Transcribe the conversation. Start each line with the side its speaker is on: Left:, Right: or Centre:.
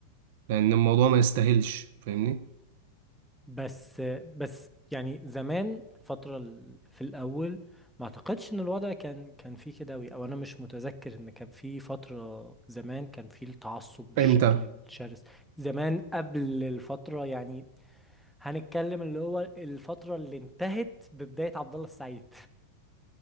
Right: لان الموضوع ما يستاهلش فاهمني
Centre: بس بس يعني زمان فترة ال- في الأول ما أعتقدش إن الوضع كان كان فيه كده أوي أو أنا مش متذكر إن كان فيه فترة زمان كان فيه التعصب بالشكل
Right: امتى
Centre: الشرس زمان قبل الفترة يعني هنتكلم اللي هو الفترة اللي انتهت ببداية عبد الله السعيد